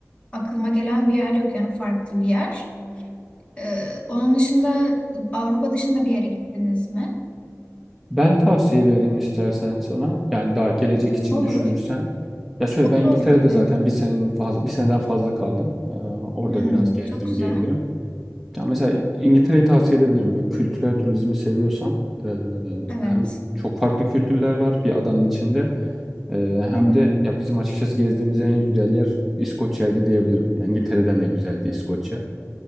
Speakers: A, on the left; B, in the centre.
A: aklıma gelen bir yer yok yani farklı bir yer. Ee, onun dışında Avrupa dışında bir yere gittiniz mi?
B: Ben tavsiye vereyim istersen sana. Yani daha gelecek için
A: Olur.
B: düşünürsen. Ya şöyle
A: Olur
B: ben İngiltere'de
A: olur tabii.
B: zaten bir senenin fazla, bir seneden fazla kaldım. Ee, orada
A: Hmm,
B: biraz gezdim
A: çok güzel.
B: diyebilirim. Ya mesela İngiltere'yi tavsiye edebilirim. Böyle kültürel turizmi seviyorsan eee,
A: Evet.
B: hem çok farklı kültürler var bir adanın içinde Eee,
A: Hı
B: hem
A: hı.
B: de ya bizim açıkçası gezdiğimiz en güzel yer İskoçya'ydı diyebilirim. Yani İngiltere'den de güzeldi İskoçya.